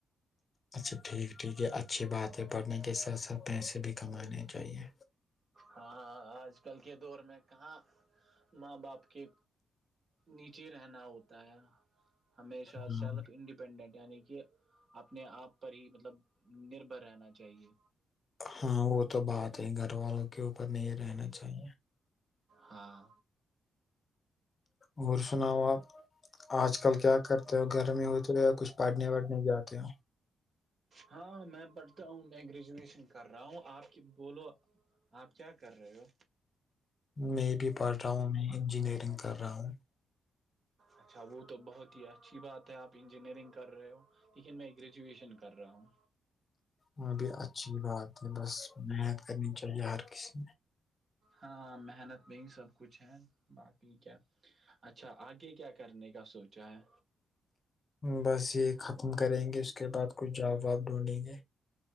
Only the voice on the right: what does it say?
ہاں آج کل کے دور میں کہاں ماں باپ کے نیچے رہنا ہوتا ہے ہمیشہ
سیلف انڈیپینڈنٹ یعنی کہ اپنے آپ پر ہی مطلب نربھر رہنا چاہیے
ہاں
ہاں میں پڑھتا ہوں میں گریجویشن کر رہا ہوں آپ کی بولو آپ کیا کر رہے ہو
اچھا وہ تو بہت ہی اچھی بات ہے آپ انجینئرنگ کر رہے ہو لیکن میں گریجویشن کر رہا ہوں
ہاں محنت میں ہی سب کچھ ہے باقی کیا اچھا آگے کیا کرنے کا سوچا ہے